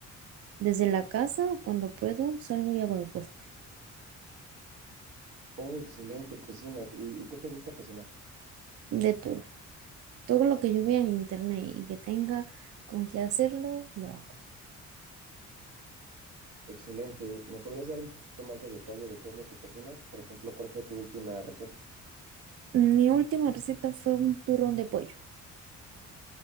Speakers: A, on the right; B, on the right.
A: Desde la casa, cuando puedo, salgo y hago deporte.
B: Oh, excelente, cocinas. ¿Y, y qué te gusta cocinar?
A: De todo. Todo lo que yo vea en internet y que tenga con qué hacerlo, lo hago.
B: Excelente. ¿Me podrías dar un poquito más de detalle de qué es lo que cocinas? Por ejemplo, ¿cuál fue tu última receta?
A: Mi última receta fue un turrón de pollo.